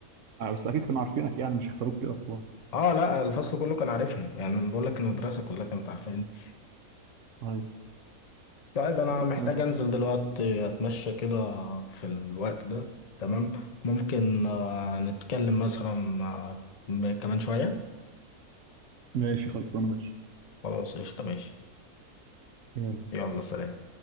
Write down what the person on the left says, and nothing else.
اه لا الفصل كله كان عارفني يعني انا بقول لك المدرسه كلها كانت عارفاني
طيب انا
محتاج
انزل دلوقتي اتمشى كده في الوقت ده تمام ممكن آه، نتكلم مثلا آه، كمان شويه
خلاص قشطه ماشي
يلا سلام